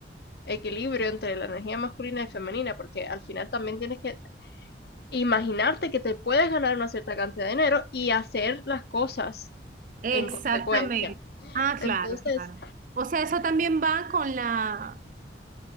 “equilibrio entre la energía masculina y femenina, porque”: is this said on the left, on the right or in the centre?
Left